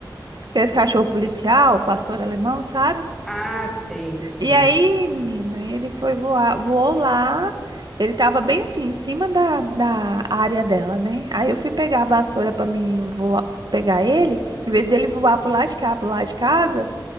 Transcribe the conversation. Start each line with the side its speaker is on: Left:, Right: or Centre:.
Right: Que esse cachorro policial, pastor alemão, sabe?
Centre: Ah, sei, sei.
Right: E aí, menina, ele foi voar, voou lá. Ele tava bem assim, em cima da, da área dela, né? Aí eu fui pegar a vassoura pra mim voar, pegar ele. Em vez dele voar pro lado de cá, pro lado de casa,